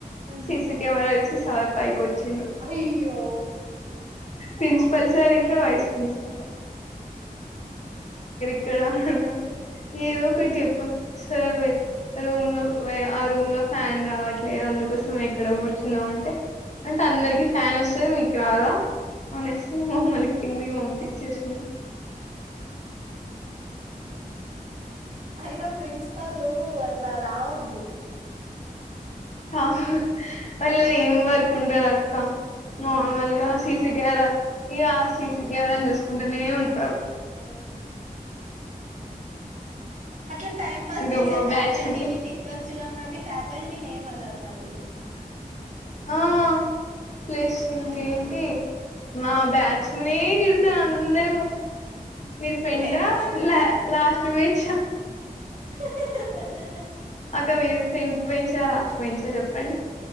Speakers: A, on the right (about 55°); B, on the left (about 50°).
A: ఉహు
B: సీసీ కెమెరా చూసి సార్ పైకోచ్చి
A: అయ్యో
B: ప్రిన్సిపల్ సార్ వైస్ ప్రిన్సిపాల్ ద ఇక్కడ అన్నారు ఏదో ఒకటి చెప్పం సర్ రూమ్ లో ఆ రూమ్ లో ఫ్యాన్ రావట్లేదు అందుకోసమే ఇక్కడ కూర్చున్నాం అంటే అంటే అందరికి ఫ్యాన్ అస్ స్తది మీకు రాదా అనేస్కున్ మమ్మల్ని కిందిక్ పంపిచేశినా
A: అయినా ప్రిన్సిపల్లు పు అట్లా రావద్దు
B: ఆహ్ వాళ్లు ఎమ్ వర్క్ ఉంటదక్ కా
A: ఉమ్,
B: నార్మల్ గా సిసి గార ఈగా సి సి కెమెరాను చూసుకుంటనే ఉంటారు
A: ఆ అట్లా టైం పాస్
B: ఇంకా
A: చేసే
B: మా
A: ఫ్యాకల్టీని
B: బ్యాచ్ అంటే
A: తిట్టొచ్చుగా మరి కల్టీని ఏమనరు మళ్ళీ
B: ఆ ప్లస్ ఇంకేంటీ
A: ఆ
B: మా బ్యాచ్చనే తిడుతారు అందరూ మీరు ఫ్రెంటా
A: ఎంతమంది
B: ల లాస్ట్ బెంచా
A: హ హా.
B: అక్క మీరు ఫ్రంట్ బెంచా లాస్ట్ బెంచా చెప్పండి